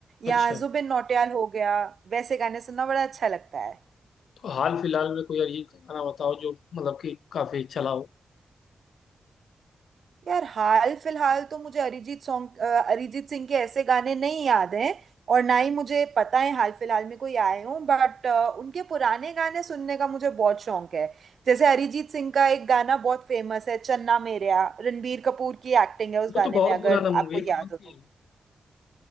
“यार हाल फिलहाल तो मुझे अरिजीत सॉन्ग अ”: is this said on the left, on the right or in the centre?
Right